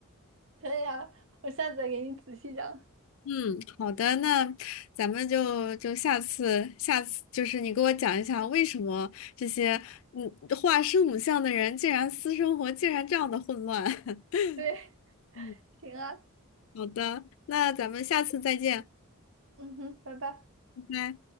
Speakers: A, on the right (about 60°); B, on the left (about 65°).
A: 可以啊，我下次再给你仔细讲。
B: 嗯，好的，那咱们就就下次下次就是你给我讲一下为什么这些嗯画圣母像的人竟然私生活竟然这样的混乱。<laughs>
A: 对，
B: 嗯，
A: 行啊，
B: 好的，那咱们下次再见，
A: 嗯哼，拜拜。
B: 拜拜。